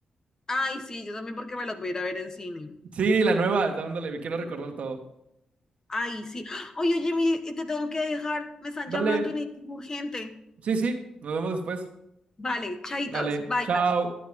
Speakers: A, on the left; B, on the right.
A: Ay, sí, yo también porque me los voy a ir a ver en cine.
B: Sí, la nueva, dándole, quiero recordar todo.
A: Ay, sí. Oye, oye, mi- te tengo que dejar. Me están
B: Dale,
A: llamando y necesito urgente.
B: sí, sí, nos vemos después.
A: Vale, chaitos.
B: Dale,
A: Bye.
B: chao.